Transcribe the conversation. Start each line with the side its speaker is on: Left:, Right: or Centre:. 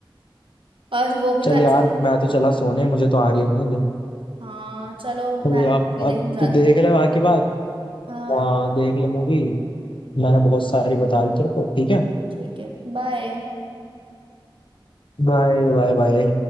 Right: बस वो भी
Left: चल
Right: तो ऐसे
Left: यार
Right: ही
Left: मैं तो चला सोने मुझे तो आ रही है नींद
Right: हाँ चलो मैं
Left: तो
Right: भी
Left: अब
Right: मूवी
Left: अब
Right: देखने
Left: तू
Right: जाती
Left: देख
Right: हूँ
Left: ले बाकी बात
Right: हाँ
Left: हाँ देख ले मूवी मैंने बहुत सारी बता दी तेरे को ठीक है
Right: ठीक है बाय
Left: Bye bye bye